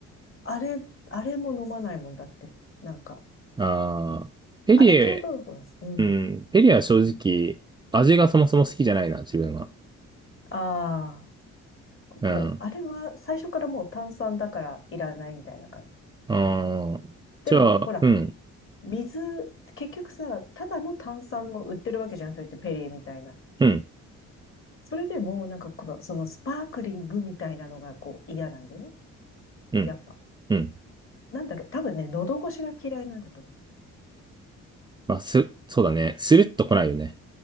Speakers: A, on the left; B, on the right.
A: あれ、あれも飲まないもんだって。なんか、
B: うん。ああペリエ、
A: あれってほとんどほら、うん。
B: うん、ペリエは正直、味がそもそも好きじゃないな、自分は。
A: ああ、
B: うん
A: もう、あれは最初からもう炭酸だからいらないみたいな感じ。
B: ああ、
A: でも、
B: じゃあ、
A: ほら、
B: うん、
A: 水、結局さ、ただの炭酸も売ってるわけじゃん、そうやってペリエみたいな。
B: うん、
A: それでも、なんかこの、そのスパークリングみたいなのがこう嫌なんだよね。
B: うん、
A: やっぱ。
B: うん。
A: なんだろう、多分ね、喉越しが嫌いなんだと思
B: まあ、す、そうだね。スルッと来ないよね。